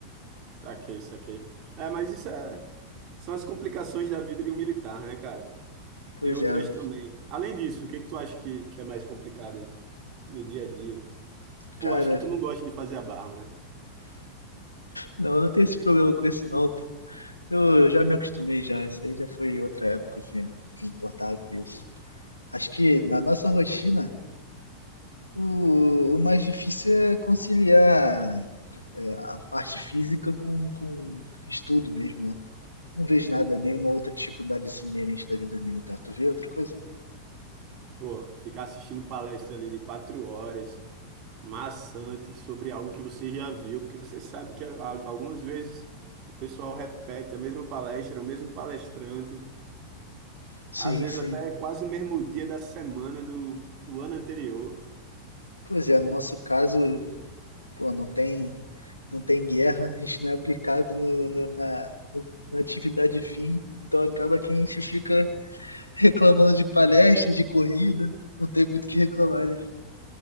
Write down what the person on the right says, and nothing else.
Saquei, saquei. É, mas isso é... São as complicações da vida de um militar, né, cara?
Tem outras
também. Além disso, o que que tu acha que, que é mais complicado aí no dia a dia? Pô,
acho que tu não gosta de fazer a barba, né?
Pô, ficar assistindo palestra ali de quatro horas, maçante, sobre algo que você já viu, porque você sabe que a- a- algumas vezes o pessoal repete a mesma palestra, o mesmo palestrante,
às vezes
até quase o mesmo dia da semana do, do ano anterior.